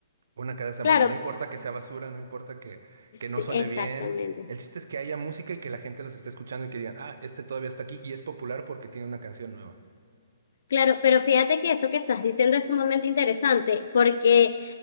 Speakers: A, on the right; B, on the left.
A: Una cada semana.
B: Claro,
A: No importa que sea basura, no importa que, que no
B: sí,
A: suene
B: exactamente.
A: bien. El chiste es que haya música y que la gente los esté escuchando y que digan, ah, este todavía está aquí y es popular porque tiene una canción nueva.
B: Claro, pero fíjate que eso que estás diciendo es sumamente interesante porque